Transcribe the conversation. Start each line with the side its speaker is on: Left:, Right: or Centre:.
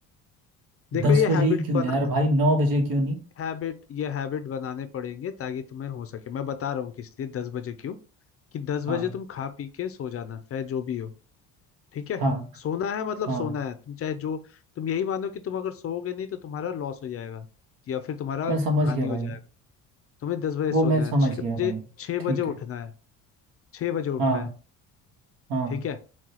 Left: देखो
Right: दस
Left: ये
Right: बजे
Left: हैबिट
Right: ही क्यों
Left: बनाना
Right: यार भाई नौ बजे क्यों नहीं
Left: हैबिट ये हैबिट बनाने पड़ेंगे ताकि तुम्हें हो सके मैं बता रहा हूँ कि इसलिए दस बजे क्यों कि दस
Right: हाँ
Left: बजे तुम खा पी के सो जाना चाहे जो भी हो ठीक है
Right: हाँ
Left: सोना है मतलब
Right: हाँ
Left: सोना है तुम चाहे जो तुम यही मानो कि तुम अगर सोओगे नहीं तो तुम्हारा लॉस हो जाएगा या फिर तुम्हारा
Right: मैं समझ
Left: हानि
Right: गया भाई
Left: हो जाएगा तुम्हें दस बजे
Right: वो
Left: सोना
Right: मैं समझ
Left: है छह
Right: गया
Left: बजे
Right: भाई
Left: छह बजे
Right: ठीक
Left: उठना
Right: है
Left: है छह बजे उठना
Right: हाँ
Left: है
Right: हाँ
Left: ठीक है